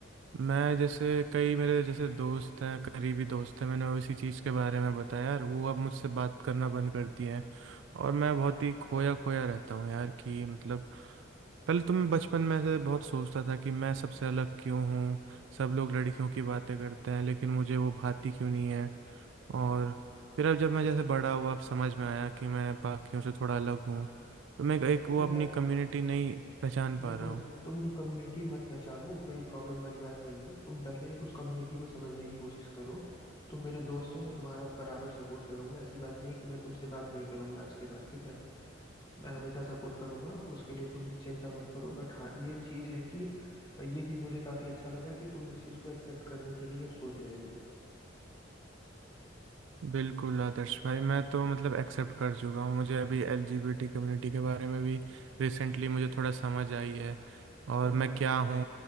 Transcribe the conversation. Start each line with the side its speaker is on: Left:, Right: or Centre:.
Right: मैं जैसे कई मेरे जैसे दोस्त हैं करीबी दोस्त हैं मैंने वो इसी चीज़ के बारे में बताया यार वो अब मुझसे बात करना बंद कर दिए हैं और मैं बहुत ही खोया खोया रहता हूँ यार कि मतलब पहले तो मैं बचपन में से बहुत सोचता था कि मैं सबसे अलग क्यों हूँ सब लोग लड़कियों की बातें करते हैं लेकिन मुझे वो भाती क्यों नहीं है और फिर अब जब मैं जैसे बड़ा हुआ अब समझ में आया कि मैं बाकियों से थोड़ा अलग हूँ तो मैं एक
Left: देखो
Right: वो
Left: यार
Right: अपनी कम्युनिटी नहीं पहचान पा
Left: देखो
Right: रहा हूँ
Left: तुम कम्युनिटी मत पहचानो वो कोई प्रॉब्लम वाली बात नहीं है तुम पहले उस कम्युनिटी को समझने की कोशिश करो तुम मेरे दोस्त हो मैं तुम्हारा बराबर सपोर्ट करूंगा ऐसी बात नहीं है कि मैं तुमसे बात नहीं करूंगा आज के बाद ठीक है मैं हमेशा सपोर्ट करूंगा उसके लिए तुम चिंता मत करो बट हाँ ये चीज है कि ये चीज मुझे काफी अच्छा लगा कि तुम इस चीज को एक्सेप्ट करने के लिए अब सोच रहे हो
Right: बिल्कुल आदर्श भाई मैं तो मतलब एक्सेप्ट कर चुका हूँ मुझे अभी एलजीबीटी कम्युनिटी के बारे में भी रिसेंटली मुझे थोड़ा समझ आई है और
Left: हाँ
Right: मैं
Left: हाँ
Right: क्या हूँ